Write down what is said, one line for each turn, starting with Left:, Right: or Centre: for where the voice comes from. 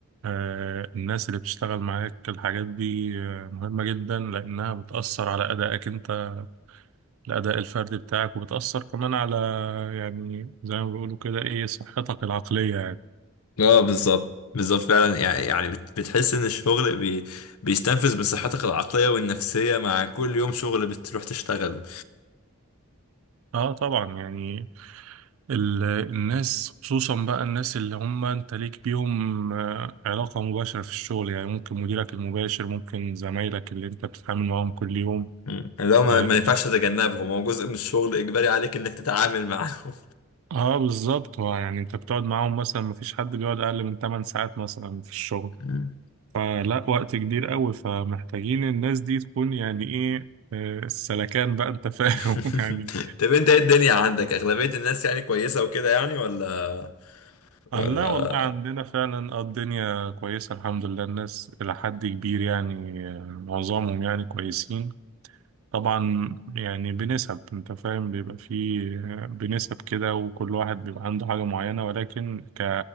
Right: آه، الناس اللي بتشتغل معاك الحاجات دي آه، مهمة جدا لأنها بتأثر على أدائك انت الأداء الفردي بتاعك وبتأثر كمان على يعني زي ما بيقولوا كده ايه صحتك العقلية يعني
Left: اه بالظبط بالظبط فعلا يعني يعني بت- بتحس ان الشغل بي بيستنفذ من صحتك العقليه والنفسيه مع كل يوم شغل بتروح تشتغله
Right: اه طبعا يعني ال- الناس خصوصا بقى الناس اللي هم انت ليك بيهم آه، علاقة مباشرة في الشغل يعني ممكن مديرك المباشر ممكن زمايلك اللي انت بتتعامل معاهم كل يوم
Left: مم. اللي هو ما,
Right: آه،
Left: ما ينفعش تتجنبهم هو جزء من الشغل اجباري عليك انك تتعامل معاهم
Right: اه بالظبط ما يعني انت بتقعد معاهم مثلا مفيش حد بيقعد اقل من 8 ساعات مثلا في الشغل
Left: مم.
Right: فلا وقت كبير قوي فمحتاجين الناس دي تكون يعني ايه آه، السلكان بقى انت فاهم
Left: <laughs>
Right: <laughs> يعني
Left: طب انت ايه الدنيا عندك اغلبيه الناس يعني كويسه وكده يعني ولا
Right: آه
Left: ولا
Right: لا والله عندنا فعلا آه، الدنيا كويسة الحمد لله الناس إلى حد كبير يعني آه، معظمهم يعني كويسين طبعا يعني بنسب انت فاهم بيبقى فيه آه، بنسب كده وكل واحد بيبقى عنده حاجة معينة ولكن ك...